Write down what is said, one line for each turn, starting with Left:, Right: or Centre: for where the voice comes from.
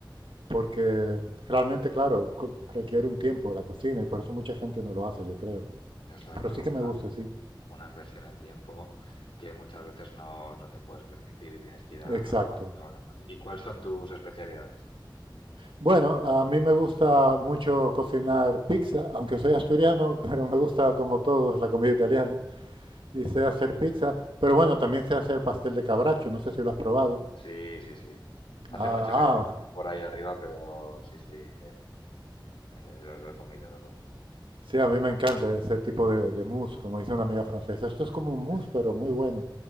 Right: porque realmente, claro, co- requiere un tiempo la cocina y por eso mucha gente no lo hace, yo creo.
Left: Exacto.
Right: Pero sí que me gusta, sí.
Left: una inversión en tiempo que muchas veces no, no te puedes permitir y tienes que ir a,
Right: Exacto.
Left: a lo rápido o a lo fácil. ¿Y cuáles son tus especialidades?
Right: Bueno, a mí me gusta mucho cocinar pizza, aunque soy asturiano, <laughs> pero me gusta como todos la comida italiana. Y sé hacer pizza, pero bueno, también sé hacer pastel de cabracho, no sé si lo has probado.
Left: Sí, sí, sí. Hace
Right: Ah,
Left: mucho que
Right: ah,
Left: no voy por ahí arriba, pero sí, sí, eh, eh, lo, lo he comido, lo he comido.
Right: sí, a mí me encanta ese tipo de, de mousse, como dice una amiga francesa. Esto es como un mousse,
Left: Sí,
Right: pero muy bueno.